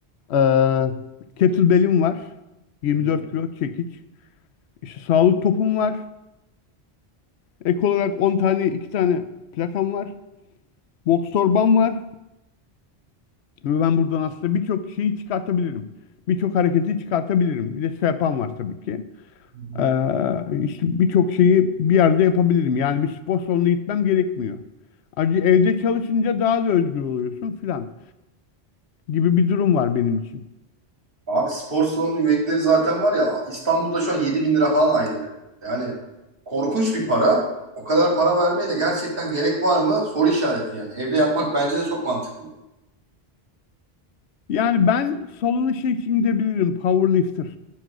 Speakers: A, on the left; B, on the right.
A: Ee, kettlebell'im var. 24
B: Hı hı.
A: kilo çekiç. İşte sağlık topum var. Ek olarak 10 tane 2 tane plakam var. Boks torbam var. Ve ben buradan aslında birçok şeyi çıkartabilirim. Birçok hareketi çıkartabilirim. Bir de yapan var tabii ki.
B: Hı hı.
A: Ee, işte birçok şeyi bir yerde yapabilirim. Yani bir spor salonuna gitmem gerekmiyor. Ayrıca evde çalışınca daha da özgür oluyorsun filan gibi bir durum var benim için.
B: Abi spor salonu üyelikleri zaten var ya İstanbul'da şu an 7 bin lira falan aylığı. Yani korkunç bir para. O kadar para vermeye de gerçekten gerek var mı? Soru işareti yani. Evde yapmak bence de çok mantıklı.
A: Yani ben salona şey için gidebilirim. Powerlifter